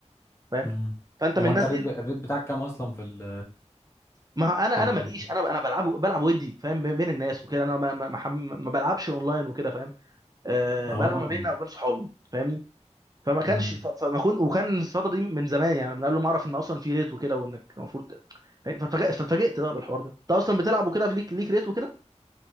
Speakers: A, on the right (about 30°); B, on the left (about 25°).
A: فاهم
B: مم.
A: فانت
B: هو
A: من الناس
B: انت الريت
A: دي اللي-
B: ب... الريت بتاعك كام اصلا في ال
A: ما هو انا
B: في ال
A: انا ماليش انا انا بلعب بلعب ودي فاهم بين بين الناس وكده انا ما ما, ما حم- ما بلعبش اونلاين وكده فاهم أه
B: اه
A: بلعب ما بيننا وبين صحابي فاهمني فما كانش
B: امم
A: ف- فما كنت وكان الفتره دي من زمان يعني من قبل ما اعرف ان اصلا في ريت وكده وانك المفروض ت- يعني فاتفاجأ- فاتفاجئت بقى بالحوار ده انت اصلا بتلعب وكده في ليك ليك ريت وكده